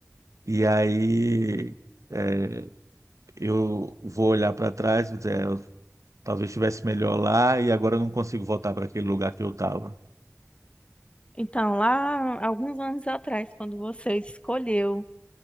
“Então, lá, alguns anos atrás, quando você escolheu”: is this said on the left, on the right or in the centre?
Left